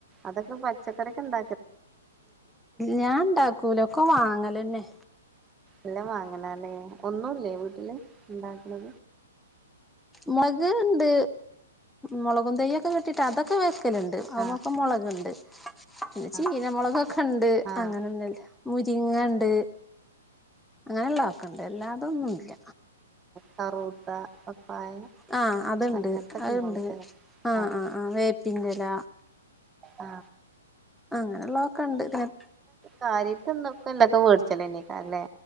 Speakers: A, on the right; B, in the centre.
A: അതൊക്കെ പച്ചക്കറി ഒക്കെ ഉണ്ട
B: ഞാൻ ഉണ്ടാക്കൂല ഒക്കെ വാങ്ങല് തന്നെ
A: എല്ലാം വാങ്ങണല്ലേ ഒന്നുല്ലേ വീട്ടില് ഉണ്ടാക്കല്
B: മുളക് ഉണ്ട് മുളകും തെയ്ക്കെ വെച്ചിട്ട് അതൊക്കെ വ <unintelligible>
A: ആഹ്
B: മുളകുണ്ട് പിന്നെ ചീരമുളക്
A: ആഹ്
B: ഒക്കെ ഉണ്ട്
A: ആഹ്
B: അങ്ങന ഒന്നില്ല മുരിങ്ങ ഉണ്ട് അങ്ങനെയള്ള ഒക്കെണ്ട് അല്ലാതൊ ഒന്നുല്ല
A: കറൂട്ട പപ്പായ
B: ആ അത്ണ്ട്
A: അങ്ങനത്തൊക്കെ
B: അതുണ്ട്
A: ഉണ്ടാവുല്ലേ
B: ആ
A: ആഹ്
B: ആ ആ വേപ്പിന്റെ ഇല
A: ആ
B: അങ്ങനെയുള്ളതൊക്കെ ഉണ്ട് ആം
A: കാര്യത്തിന്നൊക്കെ എന്തൊക്കെ മേടിച്ചല്ലോ എനീക്കാ അല്ലേ